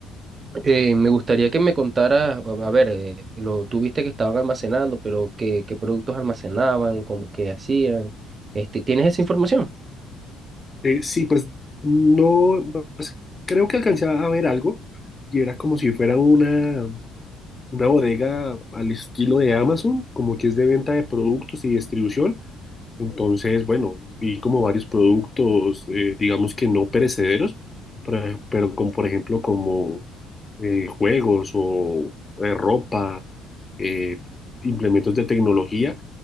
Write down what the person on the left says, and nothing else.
Eh, sí, pues no, pues, creo que alcancé a ver algo y era como si fuera una, una bodega al estilo de Amazon, como que es de venta de productos y distribución. Entonces, bueno, vi como varios productos, eh, digamos que no perecederos, pero, pero como por ejemplo como eh, juegos o eh, ropa, eh, implementos de tecnología